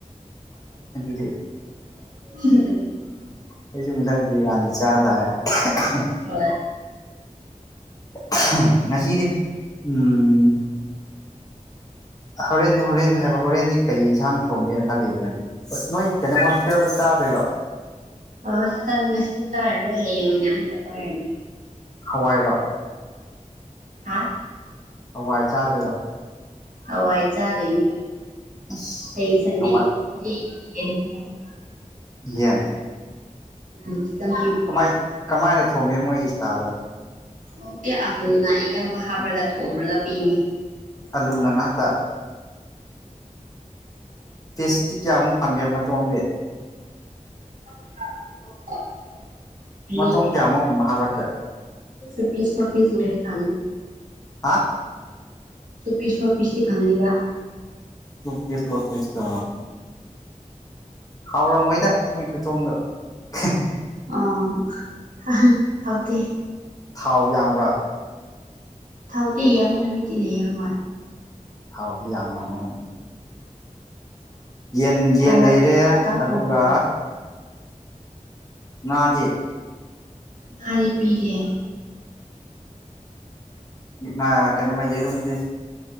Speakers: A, on the left; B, on the right.
A: <unintelligible> ꯍꯦꯍꯦ
B: <unintelligible>
A: ꯑꯩꯖꯨ ꯉꯁꯥꯏ ꯕꯤꯔꯌꯥꯅꯤ ꯆꯥꯔ ꯂꯥꯛꯑꯦ <unintelligible>
B: ꯍꯣꯏ
A: <unintelligible> ꯉꯁꯤꯗꯤ ꯎꯝ ꯍꯣꯔꯦꯟ ꯍꯣꯔꯦꯟ ꯍꯥꯏꯕ ꯍꯣꯔꯦꯟꯗꯤ ꯀꯩ ꯏꯟꯁꯥꯡ ꯊꯣꯡꯒꯦꯅ ꯈꯜꯂꯤꯕ ꯅꯣꯏꯗꯤ ꯅꯣꯏ ꯀꯩꯅꯣ ꯍꯣꯁꯇꯦꯜꯗ ꯆꯥꯗꯣꯢꯔꯣ
B: ꯑꯁ <unintelligible> ꯉꯁꯤꯗꯤ ꯆꯥꯔꯔꯣꯏ ꯍꯌꯦꯡ ꯑꯣꯏꯅ ꯑꯃꯨꯛꯀ ꯆꯥꯔꯅꯤ
A: ꯍꯋꯥꯏꯔꯣ
B: ꯍꯥ
A: ꯍꯋꯥꯏ ꯆꯥꯗꯣꯏꯔꯣ
B: ꯍꯋꯥꯏ ꯆꯥꯗꯣꯏꯅꯤ
A: ꯑꯁ
B: ꯍꯌꯦꯡ ꯁꯟꯗꯦ
A: ꯍꯋꯥꯏ
B: ꯏꯚꯤꯅꯤꯡ <unintelligible> ꯌꯦꯟ ꯄꯤꯕꯅꯦ
A: ꯌꯦꯟ
B: ꯑꯝ ꯆꯤꯛꯀꯟ ꯄꯤꯕꯅꯦ
A: ꯀꯃꯥꯏ ꯀꯃꯥꯏꯅ ꯊꯣꯡꯒꯦ ꯃꯣꯏ ꯁ꯭ꯇꯥꯢꯜꯗꯣ
B: ꯍꯥꯎꯇꯦ ꯑꯂꯨꯅ ꯑꯌꯥꯝꯕ ꯍꯥꯞꯔꯒ ꯊꯣꯡꯔꯒ ꯄꯤꯅꯤ
A: ꯑꯂꯨꯅ ꯉꯥꯛꯇ ꯄꯤꯁꯇꯤ ꯀꯌꯥꯃꯨꯛ ꯐꯪꯒꯦ ꯃꯇꯣꯡꯗꯤ
B: <unintelligible>
A: ꯃꯇꯣꯡ ꯀꯌꯥꯃꯨꯛꯀꯨꯝꯕ ꯍꯥꯞꯔꯛꯀꯦ
B: ꯎꯝ ꯄꯤꯁ <unintelligible> ꯐꯪꯉꯦ
A: ꯍꯥ
B: <unintelligible> ꯇꯤ ꯐꯪꯉꯦꯕ
A: ꯇꯨ ꯄꯤꯁ ꯐꯣꯔ ꯄꯤꯁꯇꯣ ꯍꯥꯎꯔꯝꯃꯣꯏꯗ ꯃꯣꯏ ꯈꯨꯊꯣꯡꯗꯣ <unintelligible>
B: ꯑ ꯍꯍꯥ ꯍꯥꯎꯇꯦ
A: ꯊꯥꯎ ꯌꯥꯝꯕ꯭ꯔꯥ
B: ꯊꯥꯎꯇꯤ ꯌꯥꯝꯕ ꯅꯨꯃꯤꯠꯇꯤ ꯂꯩꯌꯦ ꯍꯣꯢ
A: ꯊꯥꯎꯗꯤ ꯌꯥꯝꯔꯝꯒꯅꯤ ꯌꯦꯟ ꯌꯦꯟ
B: ꯐꯣꯔꯋꯥꯔꯗ
A: ꯂꯩꯔꯦ
B: ꯀꯥꯡꯁꯣꯡꯗꯣ
A: ꯑꯗꯨꯒ ꯉꯥꯗꯤ
B: ꯉꯥꯗꯤ ꯄꯤꯗꯦ
A: ꯑꯁ <unintelligible> ꯀꯩꯅꯣꯃ ꯌꯦꯔꯨꯝꯗꯤ